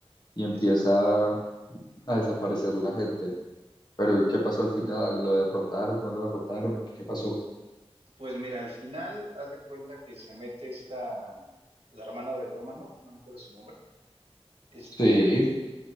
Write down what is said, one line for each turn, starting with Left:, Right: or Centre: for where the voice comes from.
Left: y empieza
Right: Exacto.
Left: a desaparecer la gente. Pero
Right: Ujú.
Left: ¿y qué pasó al final? ¿Lo derrotaron? ¿No lo derrotaron? ¿Qué pasó?
Right: Pues mira, al final, haz de cuenta que se mete esta, la hermana de Romanoff, no me acuerdo su nombre, este,
Left: Sí,